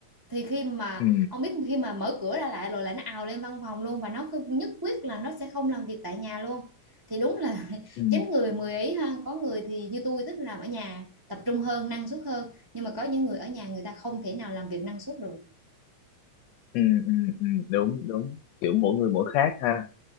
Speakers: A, on the right (about 25°); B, on the left (about 75°).
A: thì khi mà
B: ừ
A: ông biết khi mà mở cửa ra lại rồi là nó ào lên văn phòng luôn và nó không nhất quyết là nó sẽ không làm việc tại nhà luôn thì đúng là <laughs>
B: ừ
A: chín người mười ý ha có người thì như tôi thích làm ở nhà tập trung hơn năng suất hơn nhưng mà có những người ở nhà người ta không thể nào làm việc năng suất được
B: ừ ừ ừ, đúng đúng kiểu mỗi người mỗi khác ha